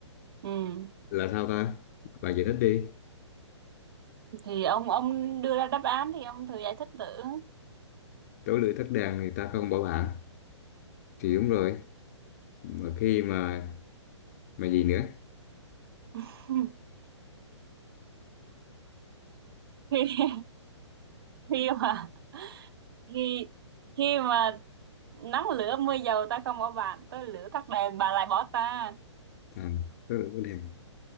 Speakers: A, on the right; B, on the left.
A: Ừ,
B: là sao ta bạn giải thích đi
A: thì ông ông đưa ra đáp án thì ông thử giải thích thử.
B: tối lưỡi tắt đèn thì ta không bảo bạn thì đúng rồi mà khi mà mà gì nữa
A: <laughs> Khi khi mà khi khi mà nắng lửa mưa dầu ta không bỏ bạn, tối lửa tắt đèn bà lại bỏ ta.
B: à, tối lưỡi tắt đèn